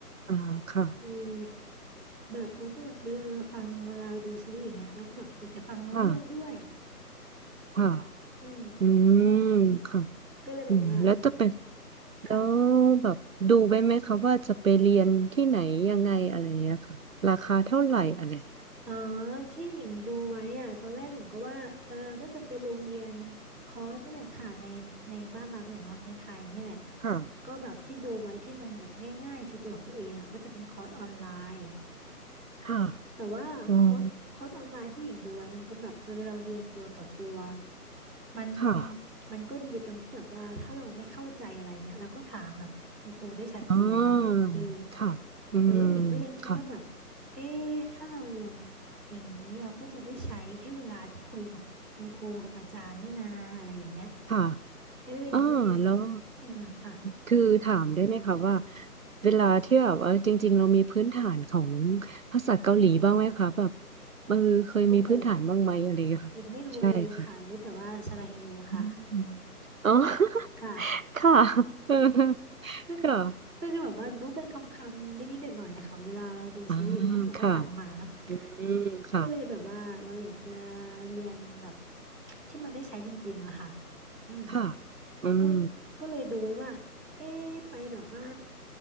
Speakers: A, on the right (about 60°); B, on the right (about 85°).
A: อ่าค่ะ
B: เออแบบแล้วก็แบบเวลาเราฟังเวลาเราดูซีรีส์อย่างเงี้ยเราก็แบบอยากจะฟังรู้เรื่องด้วย
A: ค่ะค่ะ
B: อืม
A: อืมค่ะ
B: ก็เลยแบบว่า
A: อืมแล้วจะเป็นแล้ว
B: ค่ะ
A: แบบดูไว้ไหมคะว่าจะไปเรียนที่ไหนยังไงอะไรอย่างเงี้ยค่ะราคาเท่าไหร่อะไรอย่างเงี้ย
B: อ๋อที่หญิงดูไว้อ่ะตอนแรกหญิงก็ว่าเออก็จะไปโรงเรียนคอร์สนี่แหละค่ะในในบ้านเราเนี่ยเนาะในไทยนี่แหละ
A: ค่ะ
B: ก็แบบที่ดูไว้ที่มันแบบง่ายๆ สะดวกตัวเองอ่ะก็จะเป็นคอร์สออนไลน์
A: ค่ะ
B: แต่ว่าคอร์สคอร์สออนไลน์ที่หญิงดูไว้มันก็แบบเออเราเรียนตัวต่อตัว
A: อืม
B: มัน
A: ค่ะ
B: มันก็ดีตรงที่แบบว่าถ้าเราไม่เข้าใจอะไรเงี้ยเราก็ถามแบบคุณครูได้ชัดเจนเนาะเออ
A: อ่าค่ะอืม
B: แต่ว่าหญิงก็ยังคิดว่าแบบ
A: ค่ะ
B: เอ๊ะถ้าเราเรียนอย่างนี้เราก็จะได้ใช้แค่เวลาที่คุยกับคุณครูกับอาจารย์นี่นาอะไรอย่างเงี้ย
A: ค่ะ
B: เออหญิงก็เลย
A: อ่าแล้ว
B: อืมค่ะ
A: คือถามได้ไหมคะว่าเวลาที่แบบว่าจริงๆเรามีพื้นฐานของภาษาเกาหลีบ้างไหมคะแบบเออเคยมีพื้นฐานบ้างไหมอะไรอย่างเงี้ยค่ะใช่ค่ะ
B: โอ้โหหญิงไม่รู้อะไรเลยค่ะรู้แต่ว่าสระเฮโยค่ะ
A: อืมอ๋อ
B: ค่ะ
A: <laughs> ค่ะ <laughs> เออ
B: ก็
A: ค่ะ
B: ก็คือแบบว่ารู้เป็นคำๆนิดๆหน่อยๆอะค่ะเวลาเราดูซีรีส์อย่างเงี้ยเราก็จำมาเนาะ
A: อ่าค่ะอืมค่ะ
B: ก็เลยแบบว่าเราอยากจะเรียนแบบที่มันได้ใช้จริงๆอะค่ะอืม
A: ค่ะอืม
B: ก็ก็เลยดูไว้ว่าเอ๊ะไปแบบว่า